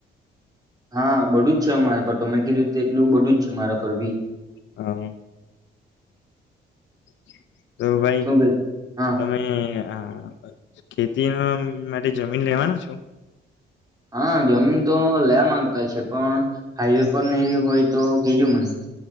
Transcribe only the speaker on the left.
હા. <inaudible> તો ભાઈ
તમે હા ખેતી ન માટે જમીન લેવાના છો?